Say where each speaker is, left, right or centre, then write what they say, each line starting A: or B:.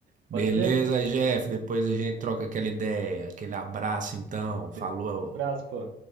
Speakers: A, on the right; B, on the right.
A: Beleza,
B: Pode ser?
A: Jeff? Depois a gente troca aquela ideia, aquele abraço então. Falou.
B: Um abraço, pô.